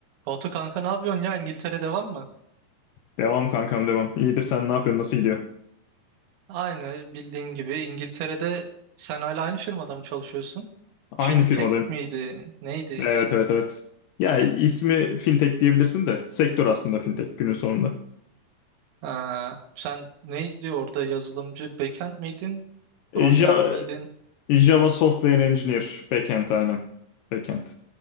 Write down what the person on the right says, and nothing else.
Batu kanka ne yapıyorsun ya? İngiltere devam mı?
Aynı bildiğin gibi İngiltere'de sen hala aynı firmada mı çalışıyorsun?
Fintech
miydi? Neydi ismi?
Ha, sen neydi orada yazılımcı? Backend miydin?
Frontend
miydin?